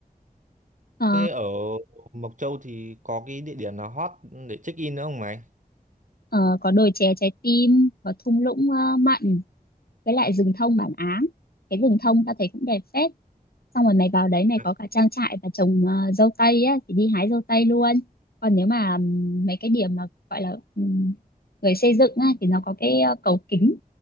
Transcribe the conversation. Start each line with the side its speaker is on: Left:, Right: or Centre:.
Left: Ờ,
Right: thế ở Mộc Châu thì có cái địa điểm nào hot để check in nữa không mày
Left: ờ, có đồi chè trái tim có thung lũng ờ, mặn với lại rừng thông bản Áng cái rừng thông ta thấy cũng đẹp phết xong rồi mày vào đấy mày
Right: à
Left: có cả trang trại và trồng ờ, dâu tây á thì đi hái dâu tây luôn còn nếu mà ừm, mấy cái điểm mà gọi là ừm, người xây dựng á thì nó có cái ờ, cầu kính